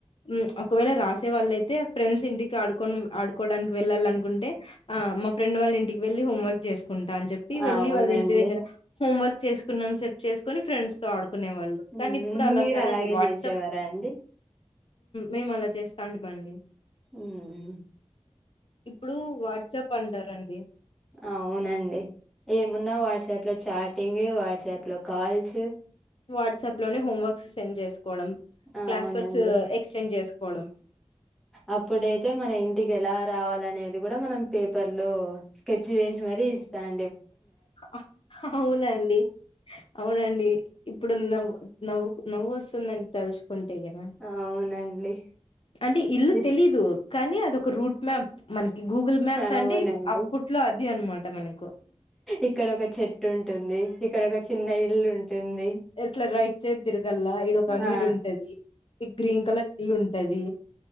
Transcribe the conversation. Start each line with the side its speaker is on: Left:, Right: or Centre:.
Left: ఉమ్ అప్ ఒకవేళ రాసేవాళ్ళయితే ఫ్రెండ్స్ ఇంటికి ఆడుకో ఆడుకోవడానికి వెళ్ళాలి అనుకుంటే ఆ మా ఫ్రెండ్ వాళ్ ఫ్రెండ్ వాళ్ళ ఇంటికి వెళ్లి హోంవర్క్సు జెస్ చేసుకుంటా అని చెప్పి వెళ్ళలి
Centre: అవునండి
Left: వాళ్ళ ఇంటి దగ్గర హోంవర్క్ చేసుకున్ననంత సేపు చేసుకుని ఫ్రెండ్స్ తో ఆడు కునే వాళ్ళు
Centre: హ్మ్.
Left: కానీ ఇప్పుడు అలా
Centre: మీరు
Left: కదండి
Centre: అలాగే
Left: వాట్సాప్
Centre: చేసేవారా అండి
Left: మేము అలా చేస్తా అండి బండి
Centre: ఉమ్
Left: ఇప్పుడు వాట్సాప్ అంటారండి
Centre: అవునండి ఏమున్నా వాట్సాప్ లో చాటింగ్ వాట్సాప్ లో కాల్స్
Left: వాట్సాప్ లోనే హోంవర్క్స్ సెండ్ చేసుకోవడం
Centre: అవునండి
Left: క్లాస్ వర్క్స్ ఎక్స్టెండ్ చేసుకోవడం
Centre: అప్పుడైతే మన ఇంటికి ఎలా రావాల అనేది కూడా మనం పేపర్ లో స్కెచ్ వేసి మరి ఇస్తాం
Left: ఆహా అవునండి అవునండి ఇప్పుడు నవ్వు నవ్వు నవ్వు వస్తుందని తలుచుకుంటే అంతే కదా
Centre: అవునండి
Left: అంటే ఇల్లు
Centre: ఇప్
Left: తెలీదు కానీ అదొక రూట్ మ్యాప్ మనకి గూగుల్ మ్యాప్స్
Centre: అవునండి
Left: అంటే అప్పట్లో అది అనమాట మనకు
Centre: ఇక్కడ ఒక చెట్టు ఉంటుంది ఇక్కడ ఒక చిన్న ఇల్లు ఉంటుంది
Left: ఎట్లా రైట్ సైడ్ తిరగల్లా ఇడు ఒక అంగడి
Centre: ఆ
Left: ఉంటది ఈ గ్రీన్ కలర్ ఇల్లు ఉంటది